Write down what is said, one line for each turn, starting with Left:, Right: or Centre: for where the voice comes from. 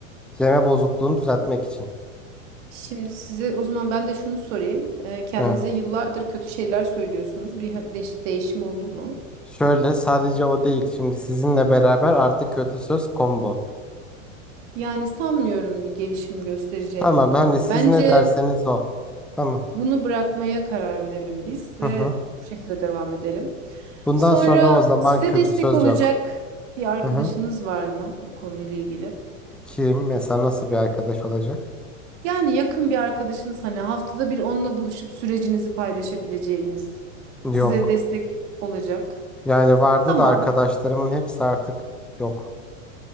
Centre: Yeme bozukluğunu düzeltmek için.
Right: Şimdi size o zaman ben de şunu sorayım. E, kendinize
Centre: Hı.
Right: yıllardır kötü şeyler söylüyorsunuz. Bir ha- değiş- değişim oldu mu?
Centre: Şöyle sadece o değil. Şimdi sizinle beraber artık kötü söz combo.
Right: Yani sanmıyorum bir gelişim göstereceğini
Centre: Tamam
Right: bu konuda.
Centre: hani siz
Right: Bence
Centre: ne derseniz o. Tamam.
Right: Bunu bırakmaya karar verelim biz
Centre: Hı
Right: ve
Centre: hı.
Right: bu şekilde devam edelim.
Centre: Bundan
Right: Sonra
Centre: sonra o zaman
Right: size
Centre: kötü
Right: destek
Centre: söz
Right: olacak
Centre: yok.
Right: bir arkadaşınız
Centre: Hı hı.
Right: var mı bu konuyla ilgili?
Centre: Kim mesela nasıl bir arkadaş olacak?
Right: Yani yakın bir arkadaşınız hani haftada bir onunla buluşup sürecinizi paylaşabileceğiniz,
Centre: Yok.
Right: size destek olacak.
Centre: Yani vardı
Right: Tamam.
Centre: da arkadaşlarımın hepsi artık yok.